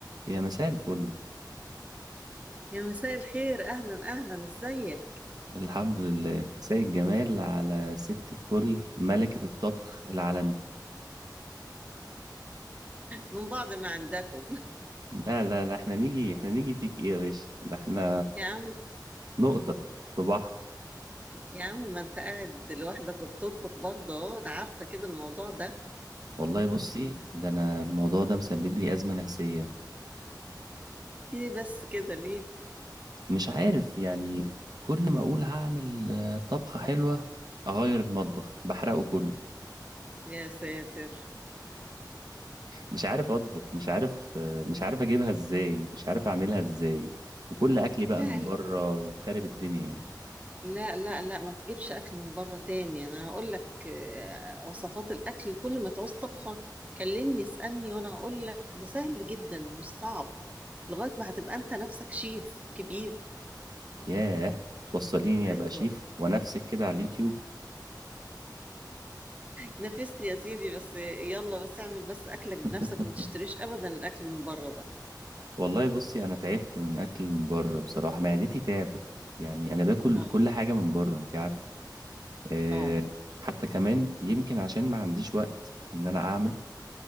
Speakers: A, on the right; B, on the right.
A: يا مساء الفل
B: يا مساء الخير اهلا اهلا ازيك
A: الحمد لله مساء الجمال على ست الكل ملكة الطبخ العالمي
B: من بعض ما عندكم
A: لا لا لا احنا نيجي احنا نيجي فيك ايه يا باشا ده احنا
B: <laughs> يا عم
A: نقطة في بحر
B: يا عم ما انت قاعد لوحدك وبتطبخ برضه اهو انا عارفه كده الموضوع ده
A: والله بصي ده انا الموضوع ده مسبب لي أزمة نفسية
B: ايه بس كده ليه
A: مش عارف يعني كل ما اقول هعمل آه، طبخة حلوة اغير المطبخ بحرقه كله
B: يا ساتر
A: مش عارف اطبخ مش عارف آه، مش عارف اجيبها ازاي مش عارف اعملها ازاي وكل اكلي بقى
B: لا
A: من بره وخارب الدنيا يعني
B: لا لا لا ما تجيبش اكل من بره تاني انا هقول لك آه، وصفات الاكل كل ما تعوز طبخه كلمني اسالني وانا هقول لك ده سهل جدا مش صعب لغايه ما هتبقى انت نفسك شيف كبير
A: ياه توصليني
B: ايوه
A: ابقى شيف ونفسك كده على اليوتيوب
B: نافسني يا سيدي بس يلا بس اعمل بس اكلك بنفسك
A: <laughs>
B: وما تشتريش ابدا الاكل من بره ده
A: والله بصي انا تعبت من اكل من بره بصراحه معدتي تعبت يعني انا باكل
B: اه
A: كل حاجه من بره انت عارفه أه
B: اه
A: حتى كمان يمكن عشان ما عنديش وقت ان انا اعمل